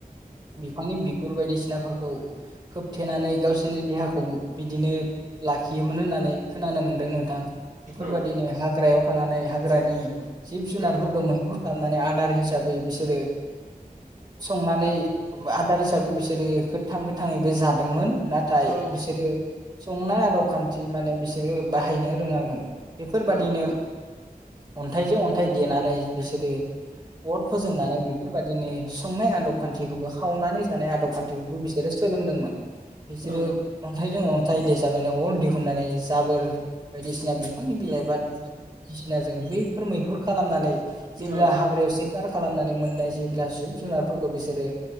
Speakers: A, on the right; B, on the right.
A: बिफांनि बिगुर बायदिसिना सिनाफोरखौ खोबथेनानै गावसोरनि देहाखौ बिदिनो लाखियोमोन होननानै खोनानो मोन्दों नोंथां बेफोरबायदिनो
B: औ
A: हाग्रायाव थानानै हाग रानि जिब जुनारफोरखौ मैहुर खालामनानै आदार हिसाबै बिस बिसोरो संनानै आदार हिसाबै बिसोरो गोथां गोथाङैबो जादोंमोन। नाथाय
B: औ
A: बिसोरो संनाय आदब खान्थि माने बिसोर बिसोरो बाहायनो रोङामोन। बेफोरबायादिनो
B: औ
A: अन्थाइजों अन्थाइ देनानै बिसोरो अर फोजोंनानै बेफोरबायदिनो संनाय आदब खान्थिखौबो खावनानै जानाय आदब खान्थिखौबो बिसोरो सोलोंदोंमोन। बिसोरो
B: औ
A: अन्थाइजों अन्थाइ देजाबनानै अर दिहुननानै जाबोर बायदिसिना बिफांनि बिलाइ बा बायदिसिना जों बैफोर मैहुर खालामनानै जेब्ला
B: औ
A: हाग्रायाव सिखार खालामनानै मोननाय जेब्ला जिब जुनार बिसोरो